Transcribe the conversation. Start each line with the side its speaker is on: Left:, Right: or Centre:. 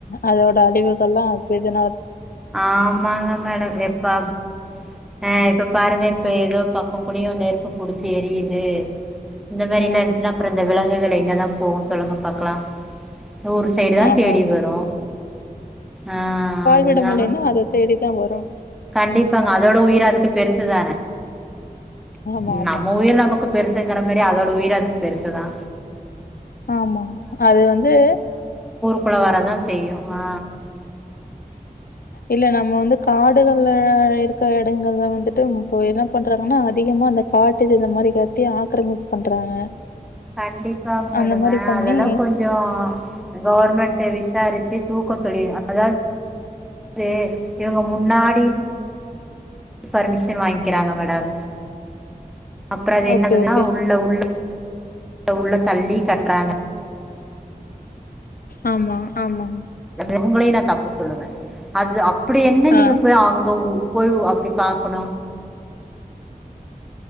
Left: அதோட அழிவுகள்லா அப்டியேதா
Centre: ஆமாங்க மேடம் எப்பாப் ஆ இப்ப பாருங்க இப்ப ஏதோ பக்கோ கூடியு நெருப்பு புடிச்சு எரியுது இந்த மாரில்லா
Left: ம்
Centre: இருந்ச்சினா அப்றோ இந்த விலங்குகளை எங்கதா போவு சொல்லுங்க பாக்கலா ஊர் சைடுதா
Left: ஆமா
Centre: தேடி வரு ஆ அதுதாங்க
Left: விடமுலையன <unintelligible> தேடிதா வரோ
Centre: கண்டிப்பாங்க அதோட உயிர் அதுக்கு பெருசுதான
Left: ஆமா ஆமா
Centre: நம்ம உயிர் நமக்கு பெருசுங்கிற மேரி அதோட உயிரு அதுக் பெருசுதா
Left: ஆமா அது வந்து
Centre: குள்ள வரதா செய்யு ஆ
Left: இல்ல நம்ம வந்து காடுகள்ல இருக்க எடங்கள்ல வந்துட்டு இப்போ என்ன பண்றாங்கன்னா அதிகமா அந்த காட்டு ஜினம் மாரி காட்டி ஆக்ரமிப் பண்றாங்க
Centre: கண்டிப்பாங் மேடம்
Left: அந்த மாரி
Centre: ஆ
Left: பண்ணி
Centre: அதெல்லா கொஞ்சோ கவர்மெண்ட் விஸ் சாரிச்சு தூக்க சொல்லி அதா <unintelligible> இவங்க முன்னாடி பர்மிஷன் வாங்கிக்றாங்க மேடம் அக்ற அது என்னதது
Left: ஓகே ஓகே
Centre: அஹ் உள்ள உள்ள அத உள்ள தள்ளி கட்றாங்க
Left: ஆமா ஆமா
Centre: அவங்களே நா தப்பு சொல்லுவே அது அப் ப்டி என்ன
Left: ஆ
Centre: நீங்க போய் அங்க ஊ போய்வு அப்டி பாக்கணு